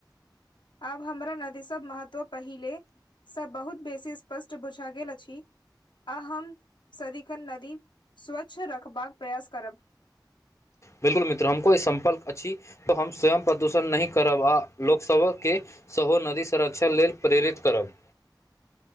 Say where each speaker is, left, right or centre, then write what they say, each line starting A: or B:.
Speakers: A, on the left (about 75°); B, on the left (about 35°).
A: आब हमरा नदी सब महत्व पहिले। से बहुत बेसी स्पष्ट बुझऽ गेल अछि। आ हम सदिखन नदी स्वच्छ रखबाक प्रयास करब।
B: बिल्कुल मित्र, हमको ई सम्पलक अछि तऽ हम स्वयं प्रदूषण नहि करब लोक सब के। सेहो नदी संरक्षण लेल प्रेरित करब।